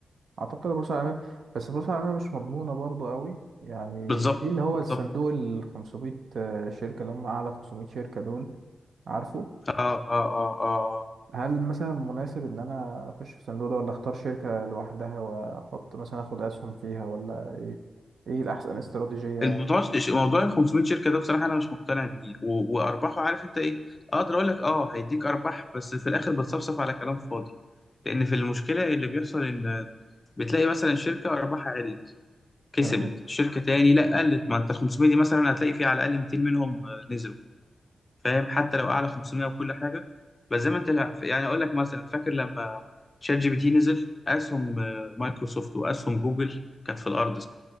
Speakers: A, on the right; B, on the left.
A: اعتقد البورصه العالميه بس البورصه العالميه مش مضمونه برضو قوي يعني
B: بالظبط
A: في اللي هو
B: بالظبط
A: الصندوق ال 500 آه، شركه اللي هم اعلى 500 شركه دول عارفه
B: آه آه آه آه.
A: هل مثلا مناسب ان انا اخش في الصندوق ده ولا اختار شركه لوحدها واحط مثلا اخد اسهم فيها ولا ايه ايه الاحسن استراتيجيه يعني
B: الموضوع موضوع ال 500 شركه ده بصراحه انا مش مقتنع بيه و- وارباحه عارف انت ايه اقدر اقول لك اه هيديك ارباح بس في الاخر بتصفصف على كلام فاضي لان في المشكله اللي بيحصل ان بتلاقي مثلا شركه ارباحها عليت كسبت
A: تمام
B: شركه تاني لا قلت ما انت ال 500 دي مثلا هتلاقي في على الاقل 200 منهم آه، نزلوا فاهم حتى لو اعلى 500 وكل حاجه بس زي ما انت يعني اقول لك مثلا فاكر لما شات جي بي تي نزل اسهم آه، مايكروسوفت واسهم جوجل كانت في الارض